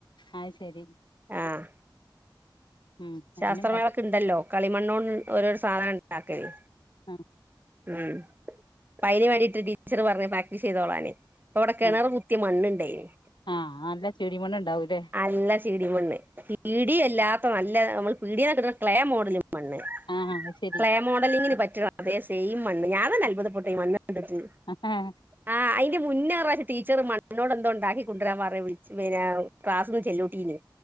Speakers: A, on the left; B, on the right.
A: അത് ശരി
B: ആഹ്
A: ഉം അയിന്ണ്ടാ
B: ശാസ്ത്രമേളക്ക്ണ്ടല്ലോ കളിമണ്ണോൺ ഓരോരൊ സാനം ഇണ്ടാക്കല്
A: ആഹ്
B: ഉം അയ്ന് വേണ്ടിട്ട് ടീച്ചറ് പറഞ്ഞ് പ്രാക്ടീസ് ചെയ്തോളാന് അപ്പം ഇവടെ കെണറ്
A: ആഹ്
B: കുത്തിയ മണ്ണ്ണ്ടെയ്നിം
A: ആഹ് നല്ല ചെടിമണ്ണ് ഇണ്ടാവൂലേ
B: അല്ല സി ഡി മണ്ണ് സി ഡി അല്ലാ ഇപ്പ നല്ല നമ്മള് പീടീന്നൊക്കെ കിട്ട്ണ ക്ലെ മോഡല് മണ്ണ്
A: ആഹ് അഹ് ശരി
B: ക്ലേ മോഡലിങ്ങിന് പറ്റ്ണ അതെ സെയിം മണ്ണ് ഞാൻ തന്നെ അത്ഭുതപ്പെട്ടോയ് മണ്ണ് കണ്ടിട്ട്
A: അഹാ
B: ആഹ് അയ്ന്റ മുന്നേ ഒരു പ്രാവശ്യം ടീച്ചറ് മണ്ണോട് എന്തോ ഒണ്ടാക്കി കൊണ്ട്രാൻ പറഞ് വിള്ച്ച് പിന്നാ ക്ലാസിന്ന് ചെല്ലൂട്ടീനിം